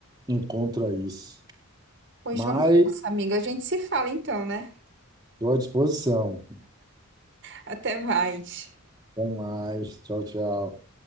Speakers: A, on the right; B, on the right.
A: encontra isso.
B: Pois
A: Mas
B: vamos nessa, amiga. A gente se fala então, né?
A: Estou à disposição.
B: Até mais.
A: Até mais. Tchau, tchau.